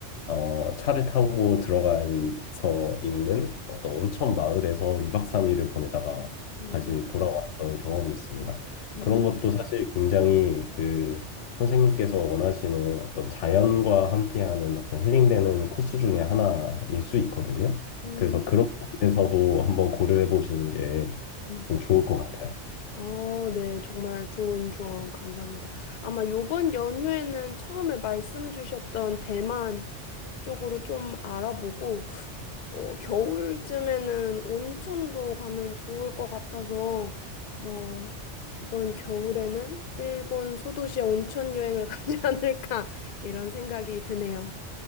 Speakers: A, on the left; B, on the left.
A: 어, 차를 타고 들어가서 있는 어떤 온천 마을에서 2박 3일을 보내다가
B: 음,
A: 다시
B: 음,
A: 돌아왔던 경험이 있습니다.
B: 음,
A: 그런
B: 음.
A: 것도 사실 굉장히 그 선생님께서 원하시는 어떤 자연과 함께하는 어떤 힐링되는 코스 중에 하나일 수 있거든요.
B: 음,
A: 그래서 그런 부분에서도 한번 고려해 보시는 게
B: 음.
A: 좀 좋을 것 같아요.
B: 아, 네, 정말 좋은 조언 감사합니다. 아마 요번 연휴에는 처음에 말씀 주셨던 대만 쪽으로 좀 알아보고 어, 겨울쯤에는 온천도 가면 좋을 것 같아서, 뭐, 이번 겨울에는 일본 소도시에 온천 여행을 <laughs> 가지 않을까, 이런 생각이 드네요.